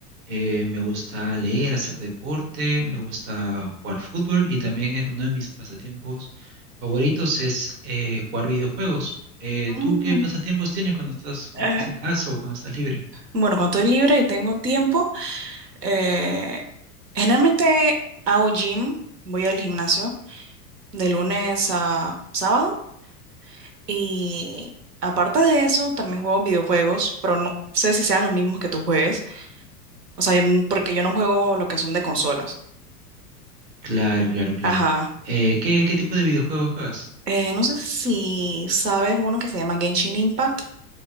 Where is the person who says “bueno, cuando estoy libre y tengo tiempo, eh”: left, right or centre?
Right